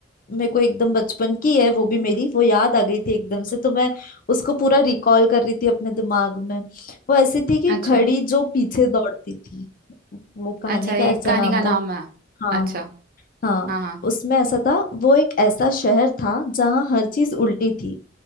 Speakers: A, on the left; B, on the right.
A: मेरे को एकदम बचपन की है वो भी मेरी वो याद आ गई थी एकदम से तो मैं उसको पूरा रिकॉल कर रही थी अपने दिमाग में वो ऐसी थी कि
B: अच्छा
A: घड़ी जो पीछे दौड़ती थी वो कहानी
B: अच्छा
A: का
B: ये
A: ऐसा
B: कहानी
A: नाम
B: का नाम
A: था
B: है
A: हाँ
B: अच्छा
A: हाँ
B: हाँ हाँ
A: उसमें ऐसा था वो एक ऐसा शहर था जहाँ हर चीज उल्टी थी